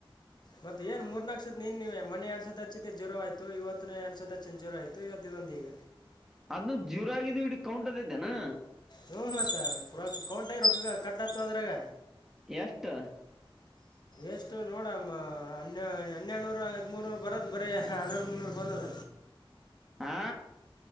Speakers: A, on the left; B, in the centre.
A: ಮತ್ತೆ ಏನ್ ಮೂರ್ನಾಕು ಸತ್ ನೀನ್ ನೀವ ಮನೆ ಎರಡ್ತ್ ಹಚ್ಚಿದ್ದ ಜೀರೋ ಆಯತು ಇವತ್ತು ಎಡ್ ಸತ್ಚ್ಚಿನ ಜೀರೋಯ್ತು ಇವತ್ತು ಇದೊಂದು ಈಗ
B: ಅದ್ನ ಜೀವರಾಗಿದ್ದು ಇಡ ಕೌಂಟ ಅದ ಇದ್ದೇನಾ
A: ಹ ಮತ್ತ ರ ಕೌಂಟ ಆಗಿ ರೊಕ್ಕ ಕಟ್ ಆತ ಅದ್ರಾಗ
B: ಎಷ್ಟು
A: ಎಷ್ಟು ನೋಡಮ್ಮ ಹ ಹನ್ನೆನೂರು ಹದಿಮೂರುನೂರು ಬರದು ಬರೀ ಎರಡ್ ನೂರು ಮುನ್ನೂರು ಬಂದದ
B: ಹಾ..